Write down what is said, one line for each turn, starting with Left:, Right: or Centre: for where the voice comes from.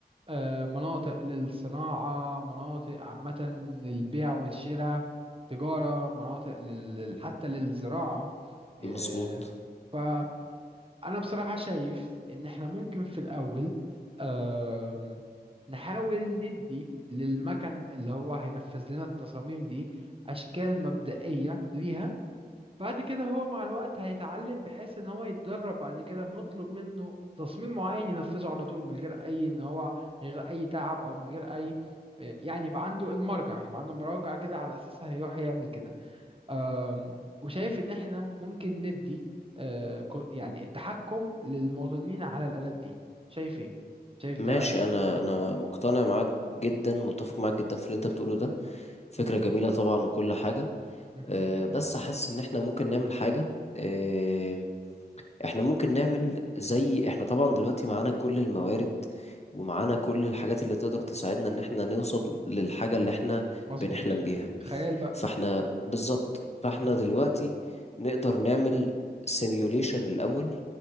Right: أه، مناطق للصناعه مناطق عامه للبيع والشراء تجاره مناطق لل... حتى للزراعه أه،
Left: مظبوط
Right: ف... انا بصراحة شايف ان احنا ممكن في الاول آم، نحاول ندي للمكن اللي هو هينفذ لنا التصاميم دي اشكال مبدئية ليها بعد كده هو مع الوقت هيتعلم بحيث ان هو يتدرب بعد كده نطلب منه تصميم معين ينفذه على طول من غير اي ان هو من غير اي تعب او من غير اي يعني يبقى عنده المرجع يبقى عنده مراجع كده على اساسها هيروح يعمل كده آم، وشايف ان احنا ممكن ندي آه، كو- يعني التحكم للمواطنين على الآلات دي شايف ايه شايف ده
Left: ماشي انا
Right: آم،
Left: انا مقتنع معاك جدا متفق معاك جدا في اللي انت بتقوله ده فكرة
Right: مهم،
Left: جميلة طبعا وكل حاجة
Right: مهم.
Left: أه بس حاسس ان احنا ممكن نعمل حاجة أه احنا ممكن نعمل زي احنا طبعا دلوقتي معانا كل الموارد ومعانا كل الحاجات اللي تقدر تساعدنا ان احنا نوصل للحاجة اللي احنا
Right: مظبوط
Left: بنحلم بيها
Right: خيال بقى
Left: فاحنا بالظبط فاحنا
Right: مهم،
Left: دلوقتي نقدر نعمل سيميوليشن الاول